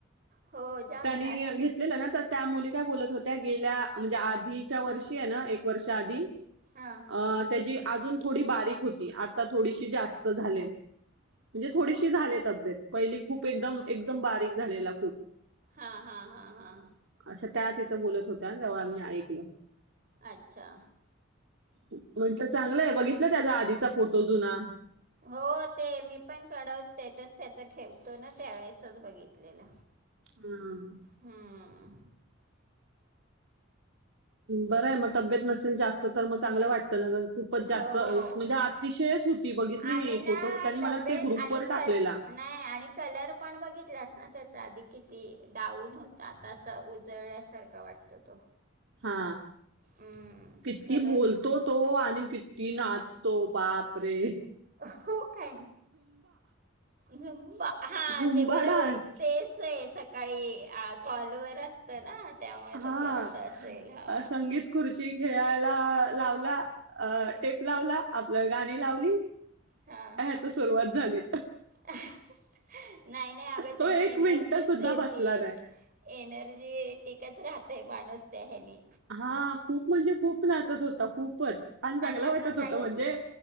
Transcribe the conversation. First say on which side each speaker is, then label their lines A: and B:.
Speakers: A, on the right; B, on the right.
A: हो जाम
B: त्यांनी
A: जाम
B: घेतलेला ना त्यात. त्या मुली काय बोलत होत्या गेल्या म्हणजे आधीच्या वर्षी आहे ना एक वर्ष आधी
A: हा
B: अ त्याजी अजून थोडी बारीक होती आता थोडीशी जास्त झाले. म्हणजे थोडीशी
A: हो
B: झाले
A: काय
B: तब्येत पहिली खूप एकदम एकदम बारीक झालेला खूप.
A: हा हा हा हा
B: असं त्या तिथं बोलत होत्या तेंव्हा मी ऐकलं
A: अच्छा
B: म्हटलं चांगलं आहे बघित <inaudible> त्याचा आधीचा फोटो जुना
A: हो ते मी पण कडव स्टेटस त्याच ठेवतो ना त्यावेेळेसच बघितलेलं
B: हम्
A: हम्म
B: बरंय मग तब्येत नसेल जास्त तर मग चांगलं वाटत त्यानं ग खूपच जास्त
A: हो
B: म्हणजे अतिशयच होती बघितली
A: आणि
B: मी
A: ना
B: फोटो त्यांनी
A: तब्येत
B: मला वाट ग्रुप
A: आणि
B: व
A: कल
B: टाकलेला
A: नाही आणि कलर पण बघितलास ना त्याचा आधी किती डाऊन होता आता अस उजळल्यासारखा वाटत तो
B: हा
A: हम्म
B: किती
A: कलर
B: बोलतो तो आणि किती नाचतो. तो बापरे
A: हो काय..... झुंबा हा
B: झुंबा
A: ते बरोबर
B: डान्स
A: तेच आहे सकाळी आ कॉलवर नसत ना त्यामुळे
B: हा,
A: तो करत असेल हा
B: संगीत खुर्ची खेळायला लावला अ टेप लावला, आपलं गाणी लावली.
A: हा
B: ह्याच सुरुवात झाली.
A: <unintelligible> नाही नाही अगं, त्यानी
B: तो
A: एनर्जीच
B: मिनिटं सुद्धा
A: येतीय.
B: बसला नाही.
A: एनर्जीएटीक तेच राहतयं माणूस त्या ह्यांनी
B: हा खूप म्हणजे खूप नाचत होता खूपच, आणि चांगलं
A: असं
B: वाटत
A: काहीच
B: होत म्हणजे